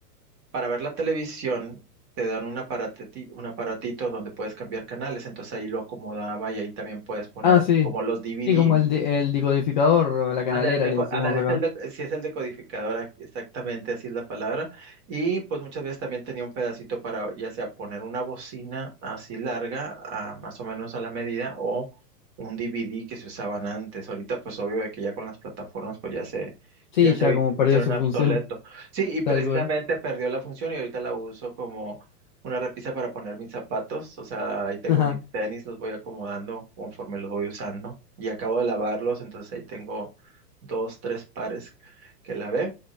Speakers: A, on the right (about 35°); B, on the left (about 35°).
A: para ver la televisión, te dan un aparatito, un aparatito donde puedes cambiar canales, entonces ahí lo acomodaba y ahí también puedes poner
B: Ah,
A: así
B: sí.
A: como los DVDs
B: Sí, como el, de- el decodificador o la canalera
A: Ándale, el deco-
B: le decimos
A: ándale,
B: acá.
A: es el deco- eh, sí es el decodificador, ac- exactamente así es la palabra. Y pues muchas veces también tenía un pedacito para ya sea poner una bocina así larga, a- más o menos a la medida, o un DVD que se usaban antes. Ahorita pues obvio de que ya con las plataformas pues ya se,
B: Sí,
A: ya se
B: ya
A: vi-
B: como
A: hicieron
B: perdió su
A: obsoleto.
B: función, <laughs>
A: Sí, y precisamente
B: tal cual.
A: perdió la función y ahorita la uso como una repisa para poner mis zapatos. O sea, ahí tengo
B: <laughs>
A: mis tenis, los voy acomodando conforme los voy usando. Y acabo de lavarlos, entonces ahí tengo dos, tres pares que la ve.